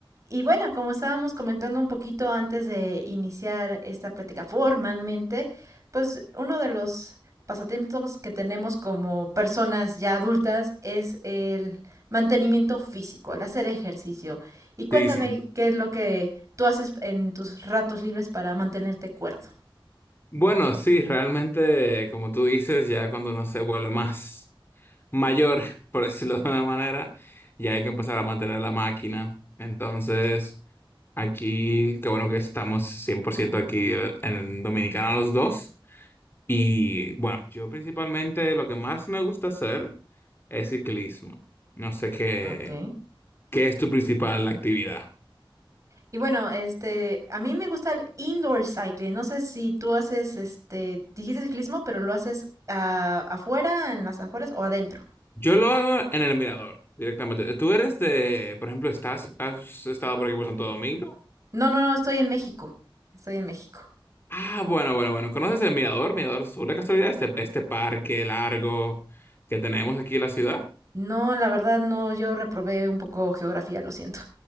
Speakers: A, on the right (about 35°); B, on the left (about 25°).
A: Y bueno, como estábamos comentando un poquito antes de iniciar esta plática formalmente, pues uno de los pasatiempos que tenemos como personas ya adultas es el mantenimiento físico, el hacer ejercicio. Y cuéntame
B: Sí, sí.
A: qué es lo que tú haces en tus ratos libres para mantenerte cuerdo.
B: Bueno, sí, realmente, como tú dices, ya cuando uno se vuelve más mayor, <laughs> por decirlo de una manera, ya hay que empezar a mantener la máquina. Entonces, aquí, qué bueno que estamos 100% aquí en Dominicana los dos. Y bueno, yo principalmente lo que más me gusta hacer es ciclismo. No sé qué,
A: Ok.
B: qué es tu principal actividad.
A: Y bueno, este, a mí me gusta el indoor cycling. No sé si tú haces, este, dijiste ciclismo, pero lo haces ah, afuera, en las afueras o adentro.
B: Yo lo hago en el mirador directamente. Tú eres de, por ejemplo, estás, has estado por aquí por Santo Domingo.
A: No, no, no, estoy en México. Estoy en México.
B: Ah, bueno, bueno, bueno. ¿Conoces el mirador? Mirador Sur, de casualidad, este, este parque largo que tenemos aquí en la ciudad.
A: No, la verdad no, yo reprobé un poco geografía, lo siento.